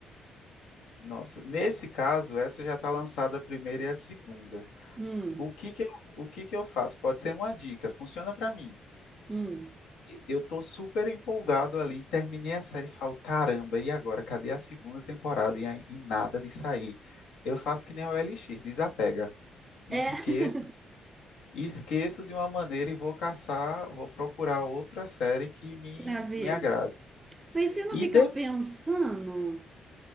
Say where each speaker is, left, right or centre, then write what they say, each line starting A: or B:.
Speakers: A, on the left; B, on the right.
A: Nossa, nesse caso, essa já está lançada a primeira e a segunda.
B: Hum,
A: O que que eu, o que que eu faço? Pode ser uma dica, funciona para mim.
B: hum.
A: E- Eu tô super empolgado ali, terminei a série e falo, caramba, e agora? Cadê a segunda temporada? E, aí- e nada de sair. Eu faço que nem o Elixir, desapega. Esqueço,
B: É, <laughs>
A: esqueço de uma maneira e vou caçar, vou procurar outra série que me,
B: travei.
A: me agrade.
B: Mas você não
A: E
B: fica
A: de,
B: pensando?